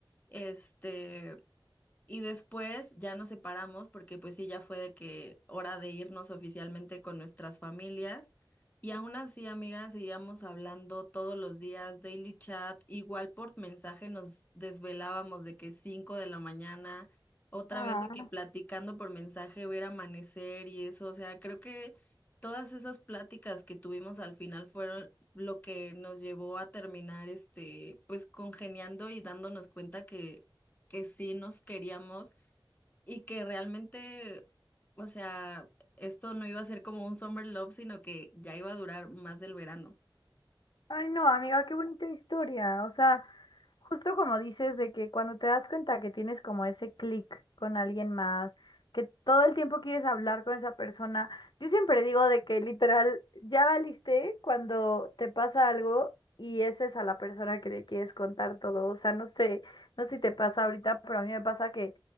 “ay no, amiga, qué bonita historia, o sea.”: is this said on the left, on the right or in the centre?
Left